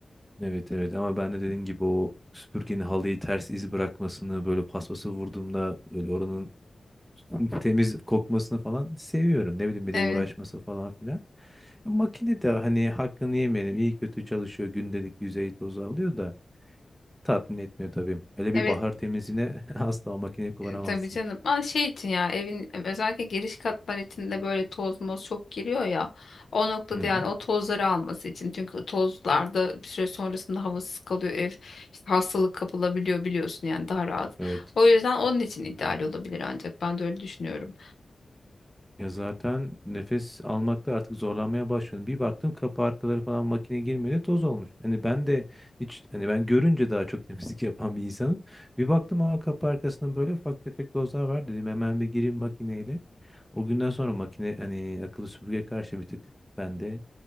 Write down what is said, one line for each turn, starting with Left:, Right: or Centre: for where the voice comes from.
Centre: Evet evet ama ben de dediğin gibi o süpürgenin halıyı ters iz bırakmasını böyle paspası vurduğumda böyle oranın <laughs> temiz kokmasını falan seviyorum. Ne bileyim bir
Left: Evet.
Centre: de uğraşması falan filan. E, Makine de hani hakkını yemeyelim iyi kötü çalışıyor gündelik yüzey tozu alıyor da tatmin etmiyor tabii. Öyle
Left: Evet.
Centre: bir bahar temizliğine <laughs> asla o makineyi kullanamazsın.
Left: E, Tabii canım. Ama şey için ya evin özellikle giriş katlar içinde böyle toz moz çok giriyor ya. O noktada
Centre: Hı hı.
Left: yani o tozları alması için. Çünkü tozlarda bir süre sonrasında havasız kalıyor ev. İşte hastalık kapılabiliyor biliyorsun yani daha rahat.
Centre: Evet.
Left: O yüzden onun için ideal olabilir ancak ben de öyle düşünüyorum.
Centre: Ya zaten nefes almakta artık zorlanmaya başladım. Bir baktım kapı arkaları falan makine girmedi toz olmuş. Hani ben de hiç hani ben görünce daha çok <laughs> temizlik yapan bir insanım. Bir baktım ama kapı arkasında böyle ufak tefek tozlar var dedim hemen bir gireyim makineyle. O günden sonra makine hani akıllı süpürgeye karşı bir tık ben de